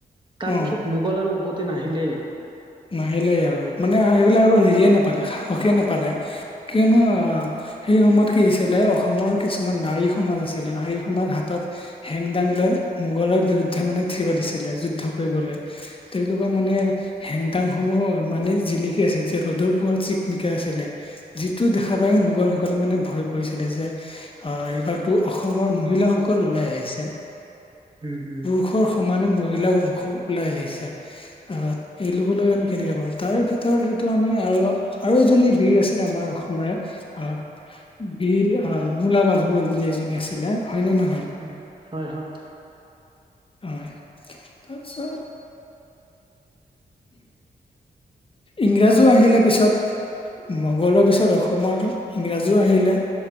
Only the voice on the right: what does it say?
তাৰ
পিছত মোগল আৰু উভতি নাহিলেই।
হু, হু।
হু, হয়, হয়।